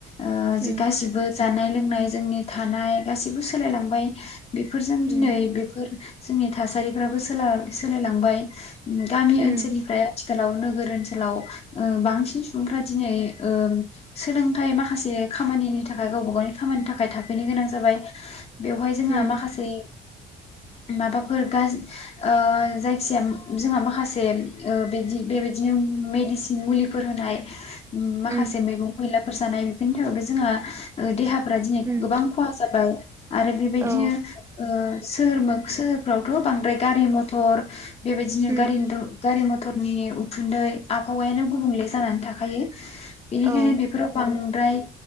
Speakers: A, on the left; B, on the right.
A: ओ
B: उम
A: जि गासिबो जानाय लोंनाय जोंनि थानाय गासिबो सोलायलांबाय बेफोरजों दिनै
B: उम
A: बेफोर जोंनि थासारिफ्राबो सोला-सोलायलांबाय गामि ओनसोलनिफ्राय
B: उम
A: आथि सोलाव नोगोर ओनसोलाव उम बांसिन सुबुंफ्रा दिनै ओम सोलोंथाइ माखासे खामानिनि थाखाय गावबा गावनि खामानिनि थाखाय थाफैनो गोनां जाबाय बेवहाय जोंहा
B: उम
A: माखासे माबाफोर गाज-ओ जायखि जाया जोंहा माखासे <unintelligible> बेबायदिनो मेडिसिन मुलिफोर होनाय माखासे
B: उम
A: मेगं मैला फोर जानाय बेफोरनि थाखायबो जोंहा ओ देहा फोरा दिनै
B: उम
A: गोबां खहा जाबाय आरो बेबायदिनो
B: औ
A: ओ सोर मोख सोहोरफ्रावथ बांद्राय गारि मथर बेबायदिनो
B: उम
A: गारि <unintelligible> गारि मथ टरनि उखुन्दै आबहावायानो गुबुंले जानानै थाखायो बेनिखायनो
B: औ
A: बेफोर बां फ्राय